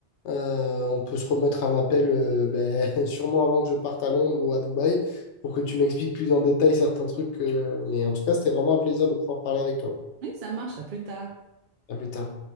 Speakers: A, on the left (about 85°); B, on the right (about 60°).
A: Euh, on peut se remettre un appel euh, ben, <laughs> sûrement avant que je parte à Londres ou à Dubaï pour que tu m'expliques plus en détail certains trucs. euh, mais en tout cas, c'était vraiment un plaisir de pouvoir parler avec toi.
B: Oui, ça marche, à plus tard.
A: À plus tard.